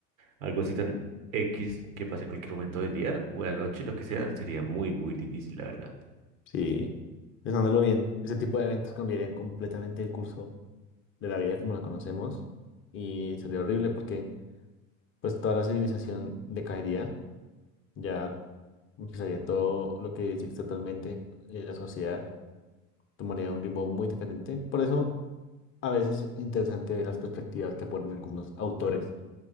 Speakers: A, on the right (about 80°); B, on the left (about 30°).
A: algo así tan X que pase en cualquier momento del día o de la noche, lo que sea, sería muy, muy difícil, la verdad.
B: sí, pensándolo bien, ese tipo de eventos cambiarían completamente el curso de la vida como la conocemos y sería horrible porque pues toda la civilización decaería, ya empezaría todo lo que existe actualmente, eh, la sociedad tomaría un ritmo muy diferente. Por eso a veces es interesante ver las perspectivas que ponen algunos autores